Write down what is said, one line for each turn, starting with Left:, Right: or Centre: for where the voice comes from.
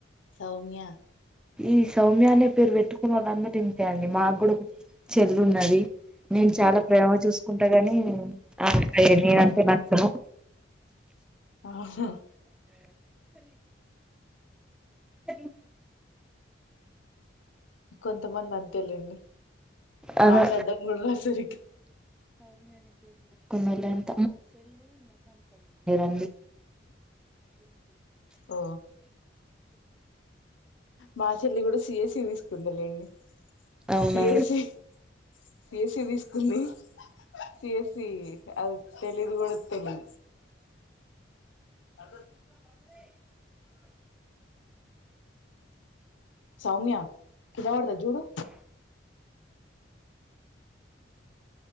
Left: సౌమ్య
Centre: ఈ సౌమ్య అనే పేరు పెట్టుకున్న వాళ్ళందరూ ఇంతే అండి మాకు కూడా చెల్లు ఉన్నది నేను చాలా ప్రేమ చూసుకుంటా గాని అకా నన అంటే నచ్చను
Left: అవును
Centre: స
Left: కొంత కొంతమంది అంతేలేండి
Centre: అదే
Left: మాట్లాడ్డం కూడా రాద్ సరిగ్గా,
Centre: కోమల్లి ఆ అండి
Left: ఓ మా చెల్లి కూడా సిఎస్సి తీసుకుందిలేండి.
Centre: అవునా
Left: సిఎస్సి సిఎస్సి తీసుకుంది సిఎస్సి అద్. తెలి ఇదు కూడాడు తెలి అ సౌమ్య కద అడత జూడు